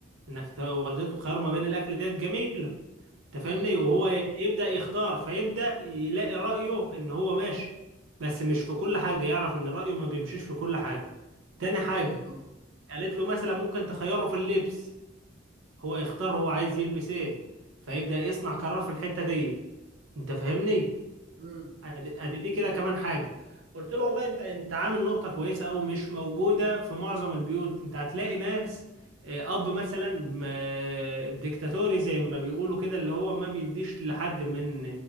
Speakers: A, on the right; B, on the right.
A: انك ت- والدته تخيره ما بين الاكل ديت جميله انت فاهمني
B: ايوه
A: وهو
B: طبعا
A: ي- يبدا يختار فيبدا يلاقي رايه ان هو ماشي بس مش في كل حاجه يعرف ان رايه ما بيمشيش في كل حاجه تاني حاجه
B: ايوه طبعا
A: قالت له مثلا ممكن تخيره في اللبس هو يختار هو عايز يلبس ايه فيبدأ يصنع قرار في الحتة دي انت فاهمني
B: امم
A: ادي أدي دي كده كمان حاجة قلت له والله انت انت عامل نقطة كويسة او مش موجودة في معظم البيوت انت هتلاقي ناس آه، اب مثلا م- ديكتاتوري زي ما بيقولوا كده اللي هو ما بيديش لحد من